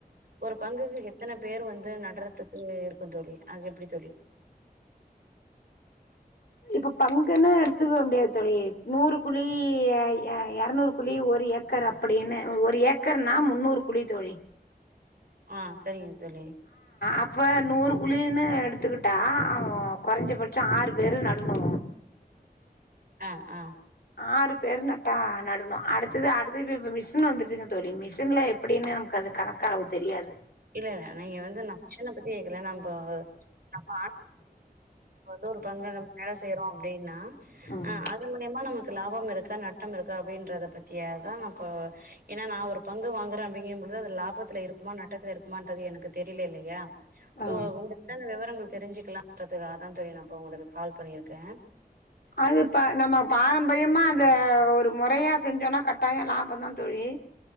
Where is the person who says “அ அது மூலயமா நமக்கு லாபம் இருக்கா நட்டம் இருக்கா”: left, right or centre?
Right